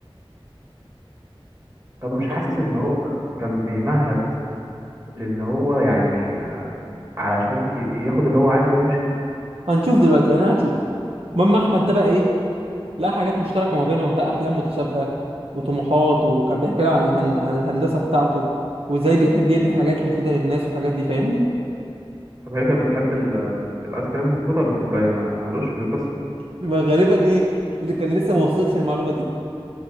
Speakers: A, on the right (about 35°); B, on the right (about 80°).
A: طب مش
B: تمام
A: حاسس ان هو كان بيمهد لان هو يعني علشان ي- ياخد اللي هو عايزه ويمشي؟
B: هنشوف دلوقتي يعني انا هشوف المهم احمد ده بقى ايه لا حاجات مشتركة ما بينهم بقى أحلام متشابهة وطموحات وكان بيحكي لي عن الهن- عن الهندسة بتاعته وإزاي بيحب يبني حاجات مفيدة للناس والحاجات دي فاهمني؟
A: طب هي كانت بتحب ال- الايس كريم بسكوت ولا كوبايه ما معلوش في القصه
B: ما غالبا إيه اللي كان لسه ما وصلش المعلومة دي